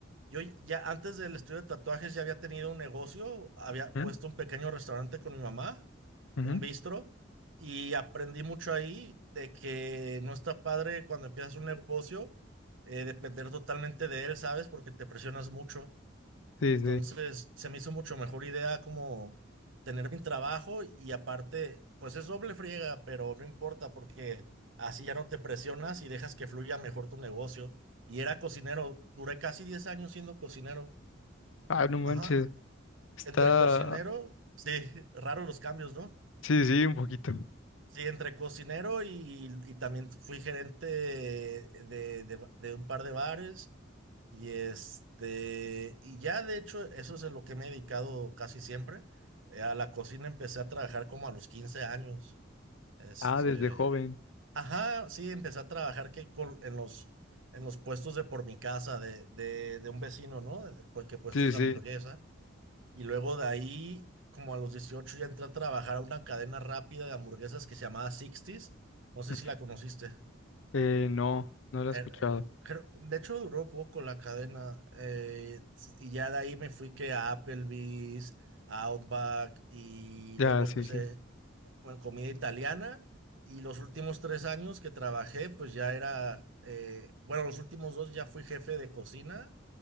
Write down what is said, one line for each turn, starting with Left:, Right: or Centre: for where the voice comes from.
Right: Yo ya antes del estudio de tatuajes ya había tenido un negocio, había
Left: ¿Mm?
Right: puesto un pequeño restaurante con mi mamá,
Left: Ujú.
Right: un bistro, y aprendí mucho ahí de que no está padre cuando empiezas un negocio eh, depender totalmente de él, ¿sabes? Porque te presionas mucho.
Left: Sí,
Right: Entonces,
Left: sí.
Right: se me hizo mucho mejor idea como tener mi trabajo y aparte, pues es doble friega, pero no importa porque así ya no te presionas y dejas que fluya mejor tu negocio. Y era cocinero, duré casi 10 años siendo cocinero.
Left: Ah, no manches.
Right: Ajá,
Left: Está,
Right: entre cocinero, sí, <laughs> raros los cambios, ¿no?
Left: sí, sí, un poquito.
Right: Sí, entre cocinero y, y también fui gerente de, de de un par de bares Y este, y ya de hecho, eso es a lo que me he dedicado casi siempre. Eh, a la cocina empecé a trabajar como a los 15 años. Este,
Left: Ah, desde joven.
Right: ajá, sí, empecé a trabajar que col- en los, en los puestos de por mi casa, de, de, de un vecino, ¿no? De- pues, que puestos
Left: Sí,
Right: de
Left: sí.
Right: hamburguesa. Y luego de ahí, como a los 18 ya entré a trabajar a una cadena rápida de hamburguesas que se llamaba Sixties. No sé
Left: Ujú.
Right: si la conociste.
Left: Eh, no, no lo he
Right: Eh,
Left: escuchado.
Right: creo- de hecho, duró poco la cadena. eh, y ya de ahí me fui que a Applebee's, a Outback, y
Left: Ya,
Right: luego empecé
Left: sí, sí.
Right: con comida italiana. Y los últimos tres años que trabajé, pues ya era, eh, bueno, los últimos dos ya fui jefe de cocina